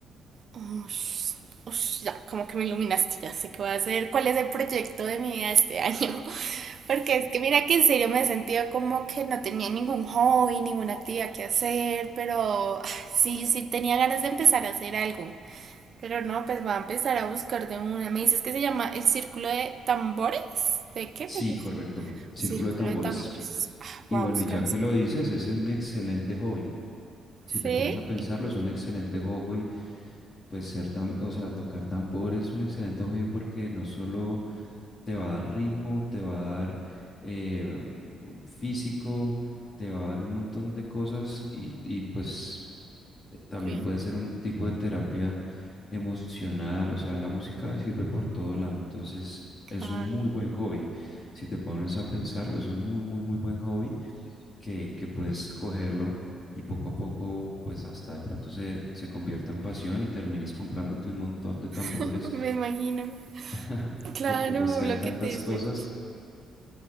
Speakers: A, on the right; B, on the left.
A: Ush, ush, ya, como que me iluminaste, ya sé qué voy a hacer, cuál es el proyecto de mi vida este año. <laughs> Porque es que mira que en serio me he sentido como que no tenía ningún hobby, ninguna actividad que hacer, pero ah, sí, sí tenía ganas de empezar a hacer algo. Pero no, pues va a empezar a buscar de una. Me dices que se llama el círculo de tambores. ¿De qué
B: Sí,
A: me dices?
B: correcto. Círculo
A: Círculo
B: de tambores.
A: de tambores. Ah,
B: Y
A: voy
B: bueno,
A: a buscar
B: y ya
A: eso.
B: que lo dices, es un excelente hobby. Si
A: ¿Sí?
B: te pones a pensarlo, es un excelente hobby Pues ser tan, o sea, tocar tambor es un excelente hobby porque no solo te va a dar ritmo, te va a dar eh, físico, te va a dar un montón de cosas y, y pues eh, también
A: Ok,
B: puede ser un tipo de terapia emocional, o sea, la música sirve por todo lado, entonces
A: claro.
B: es un muy buen hobby. Si te pones a pensarlo, es un muy, muy, muy buen hobby que, que puedes cogerlo y poco a poco, pues hasta de pronto se, se convierta en pasión y termines comprándote un montón de tambores,
A: <laughs> Me imagino.
B: <laughs>
A: Claro,
B: porque pues hay
A: lo
B: tantas
A: que te dices.
B: cosas.